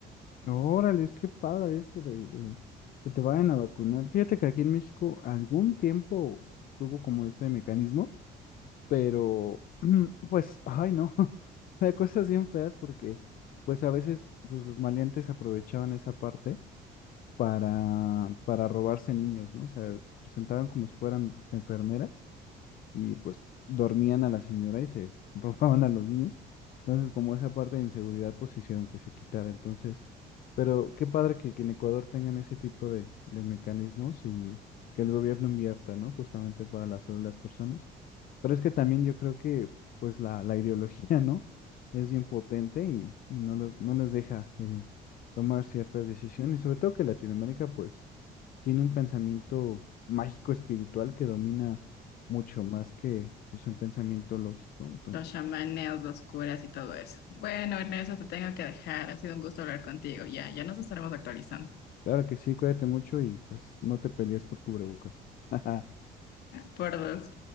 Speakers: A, on the left (about 60°); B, on the left (about 75°).
A: Órale, es que padre eso de, de que te vayan a vacunar. Fíjate que aquí en México algún tiempo estuvo como ese mecanismo, pero <clears throat> pues, ay no, <laughs> hay cosas bien feas porque pues a veces pues, los maleantes aprovechaban esa parte para, para robarse niños, ¿no? O sea, presentaban como si fueran enfermeras y pues dormían a la señora y se <laughs> robaban a los niños. Entonces, como esa parte de inseguridad, pues hicieron que se quitara. Entonces, pero qué padre que, que en Ecuador tengan ese tipo de, de mecanismos y que el gobierno invierta, ¿no? Justamente para las, sobre las personas. Pero es que también yo creo que pues la, la ideología, ¿no? Es bien potente y, y no los, no les deja eh, tomar ciertas decisiones. Sobre todo que Latinoamérica pues tiene un pensamiento mágico espiritual que domina mucho más que pues, un pensamiento lógico. Entonces,
B: Los chamanes, los curas y todo eso. Bueno, Ernesto, te tengo que dejar. Ha sido un gusto hablar contigo. Ya, ya nos estaremos actualizando.
A: claro que sí, cuídate mucho y pues no te pelees por cubrebocas. <laughs>
B: Por dos.